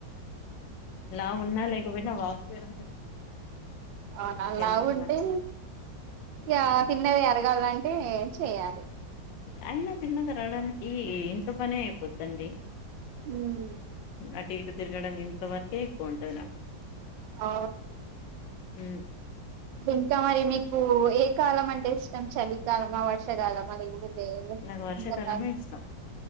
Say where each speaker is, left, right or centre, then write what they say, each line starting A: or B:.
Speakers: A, on the left; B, on the right.
A: లావు ఉన్నా లేక పోయినా వాక్ చేయడం
B: అ
A: హెల్త్
B: లావు
A: కి
B: ఉంటే
A: మంచిది
B: అ తిన్నవి అరగాలంటే ఏం చెయాలి
A: అయినా తిన్నది అరగడానికి ఈ ఇంట్లో పనే అపోద్దండి
B: ఉమ్
A: అంటే తిరగడం ఇంత వరకె ఎక్కువ ఉంటది నా
B: ఆ
A: ఉ
B: ఇంకా మరి మీకు కాలం అంటే ఇష్టం చలికాలమా వర్షకాలమా లేకపోతే
A: నాకు వర్షాకాలమే
B: అంతేకదా
A: ఇష్టం